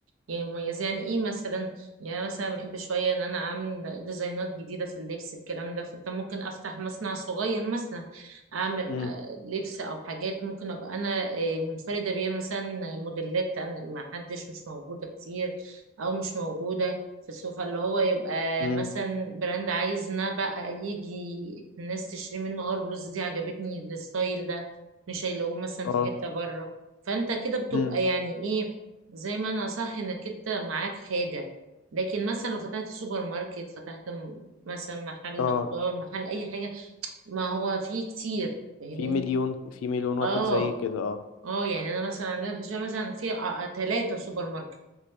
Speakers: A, on the right; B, on the left.
A: يعني مميز يعني ايه مثلا يعني أنا مثلا بحب شويه ان انا اعمل ديزاينات جديده في اللبس الكلام ده فانت ممكن افتح مصنع صغير مثلا اعمل
B: امم
A: آه، لبس او حاجات ممكن ابقى انا آه، منفرده بيها مثلا موديلات انا ما حدش مش موجوده كتير او مش موجوده في السوق فاللي هو يبقى
B: امم
A: مثلا براند عايز ان أنا بقى يجي الناس تشتري منه اه البلوزه دي عجبتني الستايل ده مش هيلاقوه مثلا
B: اه
A: في حتة بره فانت كده بتبقى
B: امم
A: يعني ايه زي ما انا صح انك انت معاك حاجة لكن مثلا لو فتحت سوبر ماركت فتحت م- مثلا محل
B: اه
A: خضار محل اي حاجة ما هو فيه كتير فاهمني
B: في مليون في مليون واحد
A: اه
B: زي كده اه
A: اه يعني انا مثلا عندنا في الشارع مثلا في ثلاثة سوبر ماركت